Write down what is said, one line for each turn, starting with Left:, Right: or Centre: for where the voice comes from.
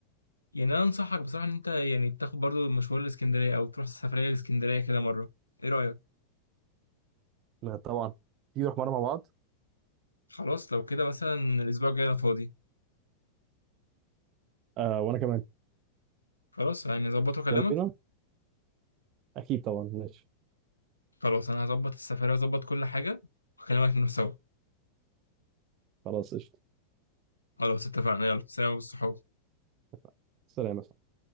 Left: يعني أنا أنصحك بصراحة إن أنت يعني تاخد برضو مشوار لاسكندرية أو تروح سفرية لاسكندرية كده مرة إيه رأيك؟
Right: لا طبعا تيجي نروح مره مع بعض
Left: خلاص لو كده مثلا الأسبوع الجاي أنا فاضي
Right: آه وانا كمان
Left: خلاص يعني أظبط وأكلمك
Right: يلا بينا اكيد طبعا ماشي
Left: خلاص أنا هظبط السفرية وأظبط كل حاجة وأكلمك نروح سوا
Right: خلاص قشطه
Left: خلاص اتفقنا يلا سلام والصحاب
Right: اتفقنا. سلام يا صاحبي.